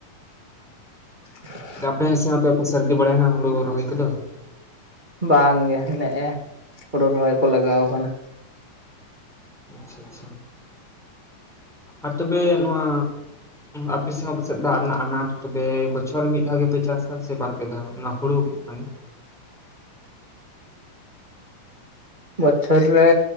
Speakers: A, on the right (about 25°); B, in the centre.
A: <unintelligible>
B: ᱟᱯᱮ ᱥᱮᱜᱦᱚᱛᱚ ᱟᱯᱮ ᱥᱟᱹᱨᱫᱤ ᱵᱟᱲᱟᱭᱮᱱᱟ ᱦᱩᱲᱩ ᱨᱚᱦᱚᱭ ᱠᱚᱫᱚ?
A: ᱵᱟᱝ ᱜᱮ ᱱᱮᱜᱼᱮ ᱦᱩᱲᱩ ᱨᱚᱦᱚᱭ ᱠᱚ ᱞᱟᱜᱟᱣ ᱠᱟᱱᱟ᱾
B: ᱟᱪᱪᱷᱟ ᱟᱪᱪᱷᱟ, ᱟᱨ ᱛᱚᱵᱮ ᱱᱚᱣᱟ, ᱟᱯᱮᱥᱮᱜ ᱟᱯᱮᱥᱮᱜ ᱫᱟᱜ ᱨᱮᱱᱟᱜ ᱟᱱᱟᱴ ᱛᱚᱵᱮ ᱵᱚᱪᱷᱚᱨ ᱨᱮ ᱢᱤᱫ ᱫᱷᱟᱣ ᱜᱮᱯᱮ ᱪᱟᱥᱟ ᱥᱮ ᱵᱟᱨ ᱯᱮ ᱫᱦᱟᱣ ᱚᱱᱟ ᱦᱩᱲᱩ ᱢᱟᱱᱮ᱾
A: ᱵᱚᱪᱷᱚᱨ ᱨᱮ